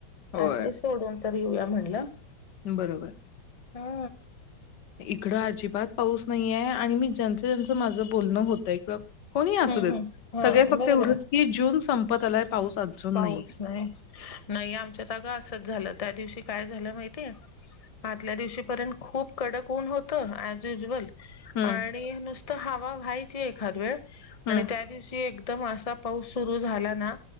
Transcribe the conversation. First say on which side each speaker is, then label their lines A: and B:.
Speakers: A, on the left; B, on the left.
A: होय
B: ऍटलिस्ट सोडून तर येऊया म्हणलं.
A: बरोबर.
B: हा
A: इकडं अजिबात पाऊस नाहीेये आणि मी ज्यांचं ज्यांचं माझं बोलणं होतय ग कोणी असू
B: हम्म
A: देत
B: हम्म हा
A: सगळे फक्त
B: बरोबर
A: एवढंच की जून संपत आलाय. पाऊस अजून
B: पाऊस
A: नाहीये.
B: नाही नाही आमच्या जागा असच झालं त्या दिवशी काय झालं माहितीय आतल्या दिवशीपर्यंत खूप कडक ऊन होतं ऍज युजुअल
A: हं,
B: आणि नुसतं हवा व्हायची एखाद वेळ
A: हं,
B: आणि त्या दिवशी एक एकदम असा पाऊस सुरू झाला ना